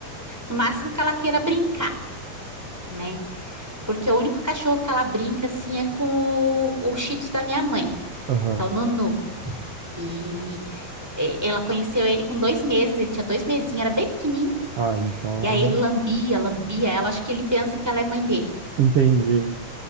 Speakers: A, in the centre; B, on the right.
A: no máximo que ela queira brincar, né? Porque o único cachorro que ela brinca assim é com o, o Shih Tzu da minha mãe,
B: Aham.
A: que é o Nunu. E e- ela conheceu ele com dois meses, ele tinha dois mesinhos, era bem pequenininho.
B: Ah, então
A: E
B: ela.
A: aí ele lambia, lambia ela. Acho que ele pensa que ela é mãe dele,
B: Entendi.